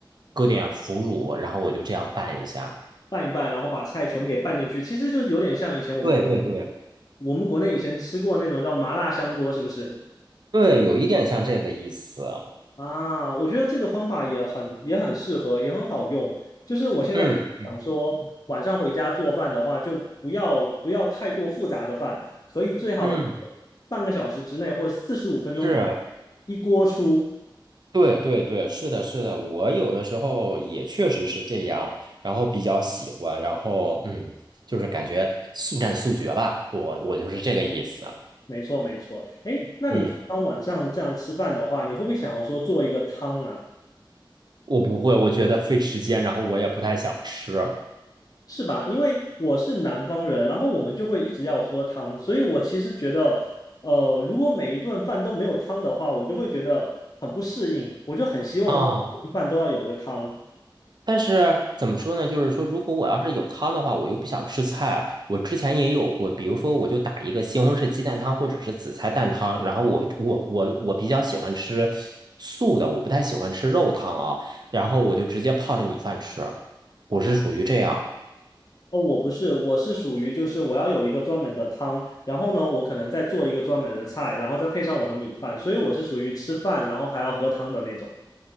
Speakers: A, on the right; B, on the left.
A: 搁点腐乳，然后我就这样拌一下。
B: 拌一拌，然后把菜全部给拌进去，其实就是有点像以前我们
A: 对对对
B: 我们国内以前吃过那种叫麻辣香锅，是不是？
A: 对，有一点像这个意思。
B: 啊，我觉得这个方法也很也很适合，也很好用。就是我现在想说，
A: 嗯
B: 晚上回家做饭的话，就不要不要太过复杂的饭，可以最好就是
A: 嗯，
B: 半个小时之内或四十五分钟
A: 是，
B: 一锅出。
A: 对对对，是的，是的，我有的时候也确实是这样，然后比较喜欢，然后嗯，就是感觉速战速决吧，我我就是这个意思。
B: 没错，没错。哎，那你平常晚上这样吃饭的话，
A: 嗯，
B: 你会不会想要说做一个汤啊？
A: 我不会，我觉得费时间，然后我也不太想吃。
B: 是吧？因为我是南方人，然后我们就会一直要喝汤，所以我其实觉得，呃，如果每一顿饭都没有汤的话，我就会觉得很不适应，我就很希望说每顿饭都要有个汤。
A: 啊。但是怎么说呢？就是说，如果我要是有汤的话，我又不想吃菜。我之前也有过，比如说，我就打一个西红柿鸡蛋汤或者是紫菜蛋汤。然后我我我我比较喜欢吃素的，我不太喜欢吃肉汤啊。然后我就直接泡着米饭吃，我是属于这样
B: 哦，我不是，我是属于就是我要有一个专门的汤，然后呢，我可能再做一个专门的菜，然后再配上我的米饭，所以我是属于吃饭然后还要喝汤的那种。